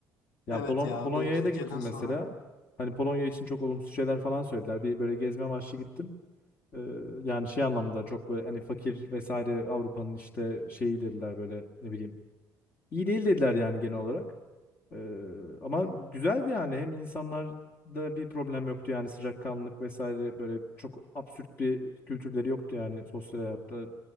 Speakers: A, on the left; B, on the left.
A: Yani
B: Evet
A: Polo-
B: ya.
A: Polonya'ya
B: böyle Türkiye'den
A: da gittim
B: sonra.
A: mesela. Hani Polonya için çok olumsuz şeyler falan söylediler. Bir böyle gezme amaçlı gittim. Ee, yani şey anlamda çok böyle hani fakir vesaire Avrupa'nın işte şeyi dediler böyle ne bileyim İyi değil dediler yani genel olarak. Ee, ama
B: Hı hı.
A: güzeldi yani. Hem insanlarda bir problem yoktu yani sıcakkanlılık vesaire böyle çok absürt bir kültürleri yoktu yani sosyal hayatta.